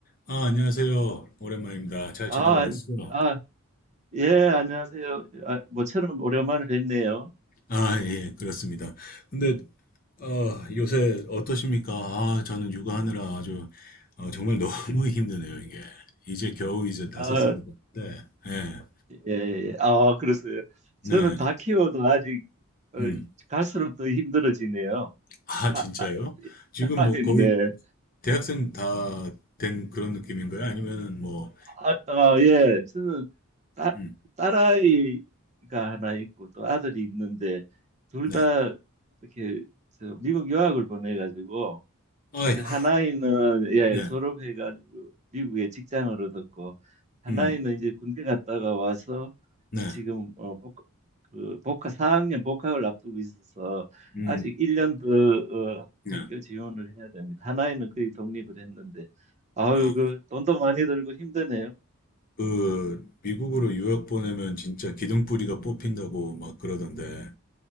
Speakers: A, on the left; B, on the right.
A: 아, 안녕하세요. 오랜만입니다. 잘
B: 아,
A: 지내고 계시죠?
B: 아, 예, 안녕하세요. 아, 모처럼 오랜만에 뵙네요.
A: 아, 예, 그렇습니다. 근데, 어, 요새 어떠십니까? 아, 저는 육아하느라 아주, 어, 정말 너무 <laughs> 힘드네요, 이게. 이제 겨우 이제 다섯
B: 아,
A: 살이 됐는데, 예,
B: 예, 예. 아, 그래서요.
A: 네,
B: 저는 다 키워도 아직 어,
A: 음.
B: 갈수록 더 힘들어지네요.
A: 아,
B: 아,
A: 진짜요?
B: 아,
A: 지금
B: <laughs>
A: 뭐 거의
B: 네.
A: 대학생 다 된 그런 느낌인가요? 아니면은 뭐,
B: 아, 아, 예. 저는 딸,
A: 음,
B: 딸아이가 하나 있고 또 아들이 있는데 둘
A: 네.
B: 다 이렇게 저 미국 유학을 보내가지고
A: 아이고,
B: 그 하나이는 예,
A: 네,
B: 졸업해가지고 미국에 직장을 얻었고 하나이는
A: 음,
B: 이제 군대 갔다가 와서
A: 네,
B: 지금 어, 복, 그 복학 4학년 복학을 앞두고 있어서
A: 음,
B: 아직 1년 더 어,
A: 네.
B: 학교 지원을 해야 됩니다. 하나이는 거의 독립을 했는데 아유
A: 어.
B: 그 돈도 많이 들고 힘드네요.
A: 그 미국으로 유학 보내면 진짜 기둥뿌리가 뽑힌다고 막 그러던데,